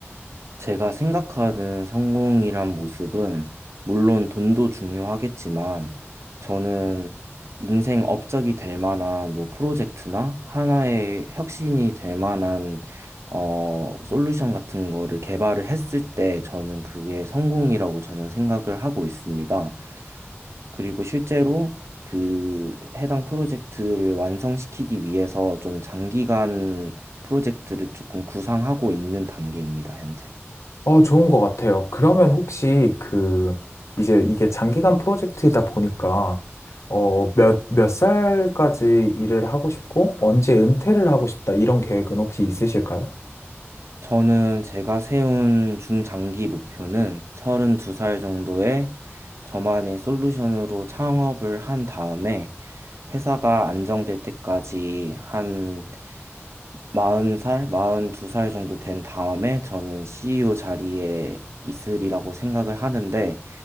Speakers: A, on the right; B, on the left.
A: 제가 생각하는 성공이란 모습은 물론 돈도 중요하겠지만 저는 인생 업적이 될 만한 뭐 프로젝트나 하나의 혁신이 될 만한 어, 솔루션 같은 거를 개발을 했을 때 저는 그게 성공이라고 저는 생각을 하고 있습니다. 그리고 실제로 그 해당 프로젝트를 완성시키기 위해서 좀 장기간 프로젝트를 조금 구상하고 있는 단계입니다, 현재.
B: 어, 좋은 것 같아요. 그러면 혹시 그, 이제 이게 장기간 프로젝트이다 보니까, 어, 몇, 몇 살까지 일을 하고 싶고, 언제 은퇴를 하고 싶다, 이런 계획은 혹시 있으실까요?
A: 저는 제가 세운 중장기 목표는 32살 정도에 저만의 솔루션으로 창업을 한 다음에 회사가 안정될 때까지 한 마흔 살 마흔 두 살 정도 된 다음에 저는 CEO 자리에 있으리라고 생각을 하는데,